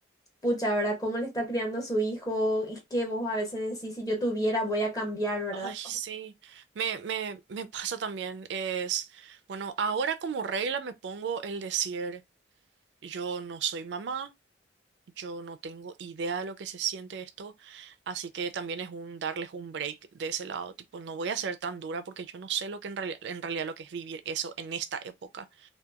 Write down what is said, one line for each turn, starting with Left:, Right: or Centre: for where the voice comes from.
Left: pucha, ¿verdad? ¿Cómo le está criando a su hijo? Y que vos a veces decís, si yo tuviera, voy a cambiar, ¿verdad?
Right: Ay, sí, me, me, me pasa también. Es, bueno, ahora como regla me pongo el decir, yo no soy mamá, yo no tengo idea de lo que se siente esto, así que también es un darles un break de ese lado, tipo, no voy a ser tan dura porque yo no sé lo que en realidad, en realidad lo que es vivir eso en esta época.